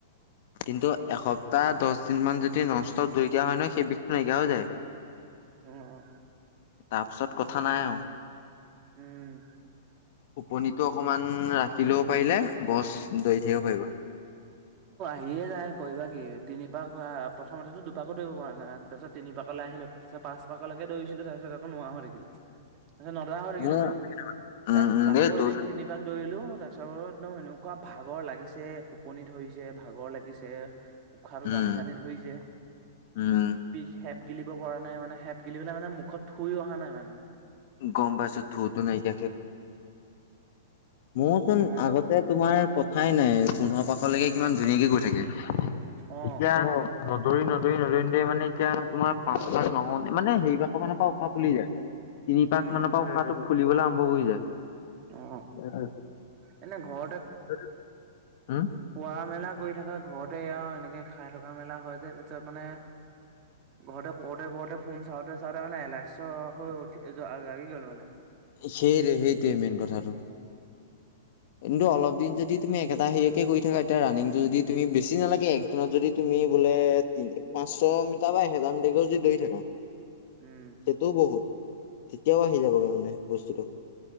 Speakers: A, on the left; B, on the right.
A: কিন্তু এসপ্তাহ দহ দিন মান যদি ন ইষ্টপ দৌৰি দিয়া হয় ন সেই বিষটো নাইকিয়া হৈ যায়। <inaudible> <unintelligible>
B: উম উম
A: তাৰপিছত কথা নাই আও।
B: উম।
A: খোপনিটো অকমাণ ৰাখি ল'ব পাৰিলে, বছ দৌৰি থাকিব পাৰিব।
B: <inaudible> যায় কৰিবা কি তিনি পাক বা প্ৰথমতেটো দুপাকো দৌৰিব পৰা নাই। তাৰ পাছত তিনি পাকলে আহিলো। তাৰ পাছত পাঁচ পাকলৈকে দৌৰিছিলো। তাৰপিছত আকৌ নোৱাৰা হৈ থাকিলোঁ। তাৰপিছত নদৌৰা হৈ থাকিলোঁ
A: মোৰ
B: মানে,
A: উম
B: তাৰপিছত
A: উম
B: আকৌ
A: এই দৌ
B: এদিন তিনিবাক দৌৰি লো। তাৰ পিছত অ এনেকুৱা ভাগৰ লাগিছে টোপনি ধৰিছে, ভাগৰ লাগিছে। উশাহটো
A: উম
B: টানি টানি ধৰিছে।
A: উম
B: বিষে হিপ গিলিব পৰা নাই মানে। হিপ গিলিবলে মানে মুখত থুই অহা নাই মানে।
A: গম পাইছো, থুটো নাই <inaudible> মোৰচোন
B: একদম
A: আগতে তোমাৰ কথাই নাই। পোন্ধৰ পাকলেকে কিমান ধুনীয়াকে গৈ থাকে।
B: অ
A: এতিয়া নদৌৰি ন নদৌৰি নদৌৰি মানে এতিয়া তোমাৰ পাঁচ পাক নহওতেই মানে <inaudible> মানৰ পৰা উশাহ ফুলি যায়। তিনি পাক
B: উম
A: মানৰ পৰা উশাহটো ফুলিবলৈ আৰম্ভ কৰি যায়।
B: অ এনে ঘৰতে
A: <unintelligible> উম।
B: খোৱা মেলা কৰি থকা ঘৰতে এইয়া আৰু এনে খাই থকা মেলা হয় যে। তাৰপিছত মানে ঘৰতে পৰুতে পৰতে ফোন চাওঁতে চাওঁতে মানে এলাছ হৈ উঠি লাগি গ'ল মানে।
A: সেইটো সেইটোৱে মেইন কথাটো। কিন্তু অলপ দিন যদি তুমি একেটা হেৰিয়কে কৰি থাকা। এতিয়া ৰানিং টো যদি তুমি বেছি নালাগে একদিনত যদি তুমি তুমি বোলে দিনটোত পাঁচশ মিটাৰ বা এহেজাৰ মিটাৰকেও যদি দৌৰি থাকা
B: উম,
A: সেইটোও বহুত। তেতিয়াও আহি যাবগে মানে বস্তুটো।